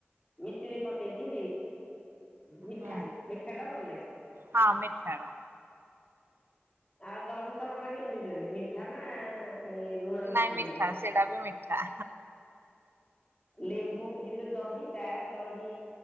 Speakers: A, on the left (about 30°); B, on the right (about 60°).
A: ମିଶ୍ରି ପକେଇକି ମିଠା
B: ହୁଁ
A: ମିଠା ଟା ଭଲ ଲାଗେ।
B: ହଁ ମିଠା ବା।
A: ଆଉ ଦହି ସର୍ବ ଟା କେମିତି ପିଣନ୍ତି ମିଠା ନା ଏଇ ଲୁଣଟା
B: ନାଇଁ
A: ଭଲ
B: ମିଠା
A: ଲାଗେ?
B: ସେଇଟା ବି ମିଠା।
A: ଲେମ୍ବୁ କିନ୍ତୁ ଦହିଟା ଦହି